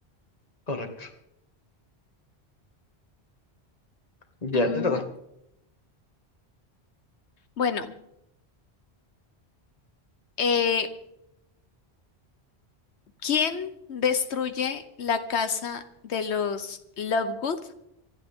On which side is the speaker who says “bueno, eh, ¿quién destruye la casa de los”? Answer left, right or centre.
Left